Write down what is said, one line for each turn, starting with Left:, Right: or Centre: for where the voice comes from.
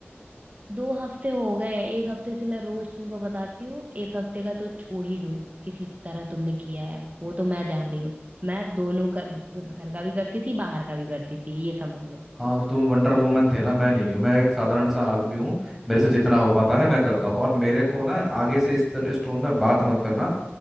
Right: दो हफ्ते हो गए एक हफ्ते से मैं रोज तुमको बताती हूँ एक हफ्ते का तो छोड़ ही दो किसी तरह तुमने किया है वो तो मैं जान रही हूँ मैं दोनों कर घर का भी करती थी बाहर का भी करती थी ये समझ लो
Centre: हाँ तो तुम वंडर वुमन थे ना मैं नहीं हूँ मैं एक साधारण सा आदमी हूँ मेरे से जितना हो पाता है मैं करता हूँ और मेरे को ना आगे से इस तरह इस टोन में बात मत करना